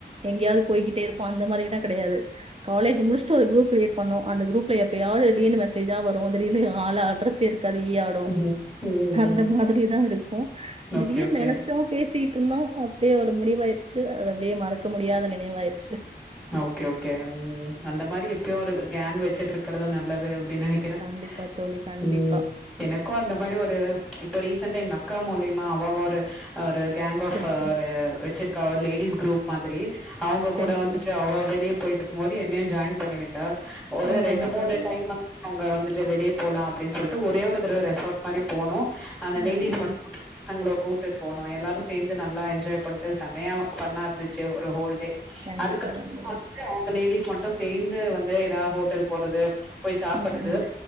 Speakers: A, on the right; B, in the centre.
A: எங்கயாது போய்கிட்டே இருப்போ அந்த மாரி லா கெடையாது காலேஜ் முடிச்சட்டு ஒரு குரூப் கிரியேட் பண்ணோ அந்த குரூப்ல எப்பயாது திடீர்னு மெசேஜா வரு திடீர்னு ஆள் அட்ரஸ் க்கு ஈ ஆடு
B: ம்ஹ்ம். ம்,
A: அந்த
B: ம்.
A: மாதிரிதா இருக்கு
B: ஓகே,
A: திடீர்னு
B: ஓகே.
A: நெனைச்சோ பேசி ட்டிருந்தோ அப்டியே ஒரு முடிவாயிடுச்சு அது அப்டியே மறக்க முடியாத நினைவாயிரு
B: ஓகே ஓகே ம் அந்த மாரி எ ப்பயு ஒரு கேங் வச்சிட்டு இருக்குறது நல்லது அப் டினு நெனைக்கிறே
A: கண்டிப்பா தோழி, கண்டிப்பா.
B: ம் எனக்கு அந்த மாரி ஒரு இப்ப ரீசன்டா எங்க அக் கா மூலியமா அவ ஒரு ஒரு கேங் ஆஃப்
A: சரி, சரி.
B: ஒரு வச்சிரு க்கா ஒரு லேடிஸ் குரூப் மாதிரி. அவ கூட
A: சரி,
B: வந்துட்டு
A: சரி.
B: அவ வெளிய போய்ட்டு க்கும்போது என்னையு ஜாயின் பண்ணிவிட் டா ஒரு
A: ஓ!
B: ரெண்டு
A: நல்லது,
B: மூணு
A: நல்லது.
B: டைம் வந்து அவங்க வந்து கொஞ்ச வெளிய போலா அப்டின்னு சொல்ட்டு ஒரே ஒரு தடவ ரெசார்ட் மாரி போனோ. அந்த லேடிஸ்
A: ம், ம்.
B: மட் <unintelligible> கூப்டுட் போனோ எல்லாரு சேந்து நல்லா என்ஜாய் பண்ட்டு செம்மையா ஃபன்னா இருந்துச்சு ஒரு ஹோல்டே
A: கண்டிப்பா,
B: அதுக்கு
A: கண்டிப்பா.
B: அவங்க லேடீஸ் மட்டு சேந்து வந்து ஏதா ஹோட்டல் போறது போய் சாப்படுறது
A: ம் ம்